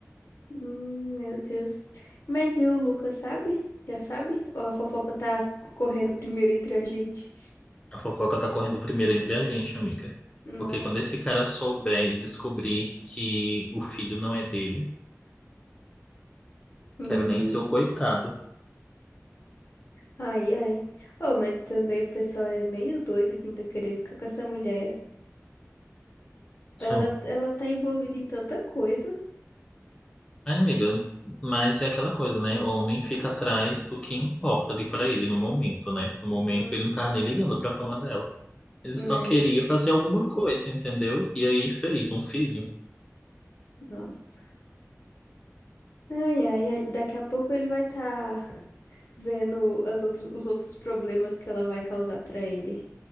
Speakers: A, on the left; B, on the left.
A: Hum, meu Deus. Mas e o Lucas, sabe? Já sabe? Ou a fofoca tá correndo primeiro entre a gente?
B: A fofoca tá correndo primeiro entre a gente, amiga.
A: Nossa.
B: Porque quando esse cara souber e descobrir que o filho não é dele,
A: Uhum.
B: quero nem ser o coitado.
A: Ai, ai. Oh, mas também o pessoal é meio doido de ainda querer ficar com essa mulher. Ela,
B: Hum.
A: ela tá envolvida em tanta coisa.
B: É, amiga, mas é aquela coisa, né? O homem fica atrás do que importa ali pra ele no momento, né? No momento
A: Uhum.
B: ele não tava nem ligando pra fama dela. Ele
A: É,
B: só queria fazer alguma coisa, entendeu? E aí fez um filho.
A: nossa. Ai, ai, ai. Daqui a pouco ele vai estar tá vendo as outros os outros problemas que ela vai causar pra ele.